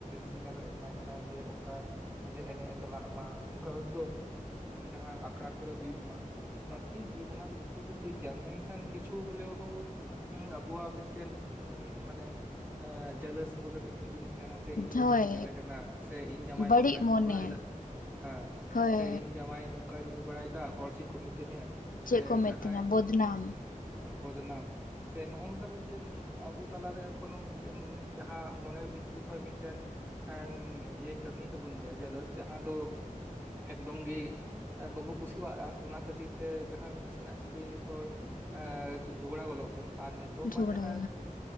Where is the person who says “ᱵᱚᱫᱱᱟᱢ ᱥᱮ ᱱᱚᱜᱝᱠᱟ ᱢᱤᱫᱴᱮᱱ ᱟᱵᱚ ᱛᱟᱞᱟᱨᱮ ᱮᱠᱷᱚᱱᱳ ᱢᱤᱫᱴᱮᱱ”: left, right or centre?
Right